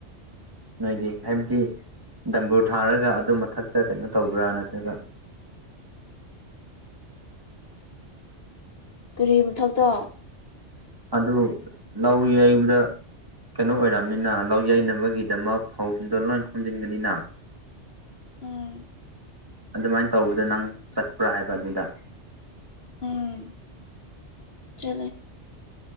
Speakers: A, on the right (about 20°); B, on the left (about 55°).
A: ꯅꯣꯏꯗꯤ ꯍꯥꯏꯕꯗꯤ ꯗꯝꯕꯨꯔ ꯊꯥꯔꯒ ꯑꯗꯨ ꯃꯊꯛꯇ ꯀꯩꯅꯣ ꯇꯧꯕ꯭ꯔꯥ ꯅꯠꯇ꯭ꯔꯒ
B: ꯀꯔꯤ ꯃꯊꯛꯇ
A: ꯑꯗꯨ ꯂꯧ ꯌꯩꯕꯗ ꯀꯩꯅꯣ ꯑꯣꯏꯔꯝꯅꯤꯅ ꯂꯧ ꯌꯩꯅꯕꯒꯤꯗꯃꯛ ꯐꯧꯁꯤꯡꯗꯣ ꯂꯣꯏ ꯈꯣꯝꯖꯤꯟꯒꯅꯤꯅ
B: ꯎꯝ
A: ꯑꯗꯨꯃꯥꯏꯅ ꯇꯧꯕꯗꯣ ꯅꯪ ꯆꯠꯄ꯭ꯔꯥ ꯍꯥꯏꯕ ꯑꯗꯨꯗ
B: ꯎꯝ ꯆꯠꯂꯦ